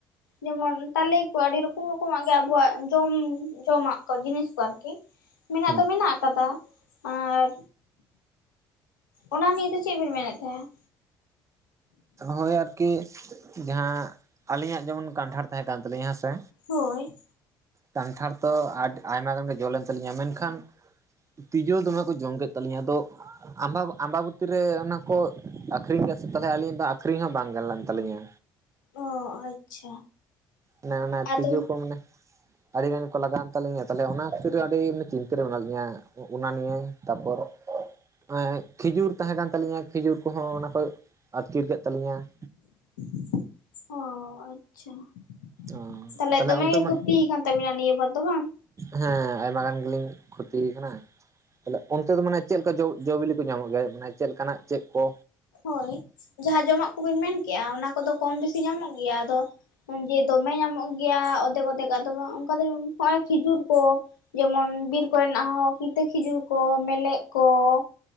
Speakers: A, on the left (about 85°); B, on the right (about 30°).
A: ᱡᱮᱢᱚᱱ ᱛᱟᱞᱮ ᱠᱚ ᱟᱹᱰᱤ ᱨᱚᱠᱚᱢ ᱨᱚᱠᱚᱢᱟᱜ ᱜᱮ ᱟᱵᱚᱣᱟᱜ ᱡᱚᱢ ᱡᱚᱢᱟᱜ ᱠᱚ ᱡᱤᱱᱤᱥ ᱠᱚ ᱟᱨᱠᱤ ᱢᱮᱱᱟᱜ
B: ᱦᱮᱸ
A: ᱫᱚ ᱢᱮᱱᱟᱜ ᱟᱠᱟᱫᱟ ᱟᱨᱼᱼ ᱚᱱᱟ ᱱᱤᱭᱮ ᱫᱚ ᱪᱮᱫ ᱵᱤᱱ ᱢᱮᱱᱮᱫ ᱛᱟᱦᱮᱸᱱᱟ?
B: ᱦᱳᱭ ᱟᱨᱠᱤ, ᱡᱟᱦᱟᱸ ᱟᱹᱞᱤᱧᱟᱜ ᱡᱮᱢᱚᱱ ᱠᱟᱱᱴᱷᱟᱲ ᱛᱟᱦᱮᱸ ᱠᱟᱱ ᱛᱟᱞᱤᱧ ᱦᱮᱸ ᱥᱮᱼᱼ
A: ᱦᱳᱭ᱾
B: ᱠᱟᱱᱴᱷᱟᱲ ᱫᱚ ᱟᱹᱰᱤ ᱟᱭᱢᱟ ᱜᱟᱱ ᱜᱮ ᱡᱚ ᱞᱮᱱ ᱛᱟᱞᱤᱧᱟ ᱢᱮᱱᱠᱷᱟᱱᱼ ᱛᱤᱡᱳ ᱫᱚᱢᱮ ᱠᱚ ᱡᱚᱢ ᱠᱮᱫ ᱛᱟᱞᱤᱧᱟ ᱟᱫᱚᱼ ᱟᱢᱵᱟ ᱟᱢᱵᱟᱵᱚᱛᱤ ᱨᱮ ᱚᱱᱟᱠᱚ ᱟᱠᱷᱨᱤᱧ ᱠᱟᱼᱼ ᱥᱮ ᱛᱟᱦᱚᱞᱮ ᱟᱹᱞᱤᱧ ᱫᱚ ᱟᱹᱠᱷᱨᱤᱧ ᱦᱚᱸ ᱵᱟᱝ ᱜᱟᱱ ᱞᱮᱱ ᱛᱟᱞᱤᱧᱟ᱾
A: ᱚᱻ ᱟᱪᱪᱷᱟ᱾
B: ᱚᱱᱮ ᱚᱱᱟ
A: ᱟᱫᱚ
B: ᱛᱤᱡᱩ ᱠᱚ ᱢᱮᱟᱱᱮ ᱟᱹᱰᱤᱜᱟᱱ ᱠᱚ ᱞᱟᱜᱟᱣᱮᱱ ᱛᱟᱞᱤᱧᱟ ᱛᱟᱞᱮ ᱚᱱᱟ ᱠᱷᱟᱹᱛᱤᱨ ᱟᱹᱰᱤ ᱢᱟᱱᱮ ᱪᱤᱱᱛᱟᱹ ᱨᱮ ᱢᱮᱱᱟᱜ ᱞᱤᱧᱟᱹ ᱾ ᱚᱱᱟ ᱱᱤᱭᱮ ᱛᱟᱨᱯᱚᱨᱼᱼ <inaudible> ᱠᱷᱤᱡᱩᱨ ᱛᱟᱦᱮᱸ ᱠᱟᱱ ᱛᱟᱞᱤᱧᱟ ᱠᱷᱤᱡᱩᱨ ᱠᱚᱦᱚᱸ ᱚᱱᱟ ᱠᱚ ᱟᱹᱛᱠᱤᱨ ᱠᱮᱫ ᱛᱟᱞᱤᱧᱟ ᱾
A: <inaudible> ᱚ ᱟᱪᱪᱷᱟ ᱾
B: ᱚ
A: ᱛᱟᱞᱮᱜ
B: ᱛᱟᱦᱚᱞᱮ
A: ᱫᱚᱢᱮ
B: ᱚᱱᱛᱮ
A: ᱜᱮ
B: ᱢᱟ
A: ᱠᱷᱩᱛᱤ ᱠᱟᱱ ᱛᱟᱵᱤᱱᱟ ᱱᱤᱭᱟᱹ ᱵᱟᱨ ᱫᱚ ᱵᱟᱝ?
B: ᱦᱮᱸ ᱟᱭᱢᱟ ᱜᱟᱱ ᱜᱮᱞᱤᱧ ᱠᱷᱚᱛᱤ ᱠᱟᱱᱟ <unintelligible> ᱚᱱᱛᱮ ᱫᱚ ᱢᱟᱱᱮ ᱪᱮᱞ ᱪᱮᱜ ᱠᱟ ᱡᱚ ᱡᱚᱵᱤᱞᱤ ᱠᱚ ᱧᱟᱢᱚᱜ ᱜᱮᱭᱟ ᱢᱟᱱᱮ ᱪᱮᱜ ᱞᱮᱠᱟᱱᱟᱜ ᱪᱮᱜ ᱠᱚ
A: ᱦᱳᱭ ᱡᱟᱦᱟᱸ ᱡᱚᱢᱟᱜ ᱠᱚᱵᱤᱱ ᱢᱮᱱᱠᱮᱜᱼᱟ ᱚᱱᱟ ᱠᱚᱫᱚ ᱠᱚᱢ ᱵᱮᱥᱤ ᱧᱟᱢᱚᱜ ᱜᱮᱭᱟ ᱟᱫᱚ ᱥᱚᱱᱡᱮ ᱡᱮ ᱫᱚᱢᱮ ᱧᱟᱢᱚᱜ ᱜᱮᱭᱟ ᱚᱫᱮᱠ ᱚᱫᱮᱠ ᱟᱫᱚ ᱵᱟᱝ ᱚᱱᱠᱟ ᱫᱚ <unintelligible> ᱦᱚᱜᱼᱚᱭ ᱠᱷᱤᱡᱩᱨ ᱠᱚ ᱾ ᱡᱮᱢᱚᱱ ᱵᱤᱨ ᱠᱚᱨᱮᱱᱟᱜ ᱦᱚᱸ ᱠᱤᱛᱟᱹ ᱠᱷᱤᱡᱩᱨ ᱠᱚ ᱢᱮᱞᱮᱜ ᱠᱚ ᱾